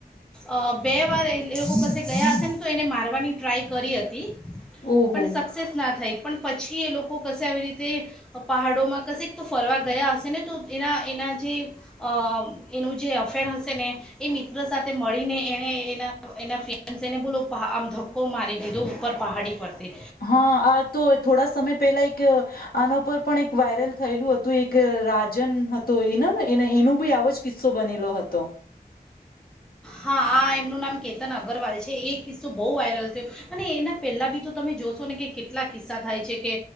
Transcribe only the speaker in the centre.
અ બે વાર એ લોકો કસે ગયા હશે ને તો એને મારવાની ટ્રાય કરી હતી.
પણ સક્સેસ ના થાય પણ પછી એ લોકો કશે આવી રીતે પહાડોમાં કશેક તો ફરવા ગયા હશે ને તો એના એના જે અ એનું જે અફેર હશે ને. એ મિત્ર સાથે મળીને એણે એના એના ફ્રિયાન્સ એને બોલો આમ ધક્કો મારી દીધો ઉપર પહાડી પરથી.
હા, આ એમનું નામ કેતન અગ્રવાલ છે, એ કિસ્સો બહુ વાયરલ થ્યો. અને એના પહેલા બી તો તમે જોશો ને કે કેટલા કિસ્સા થાય છે કે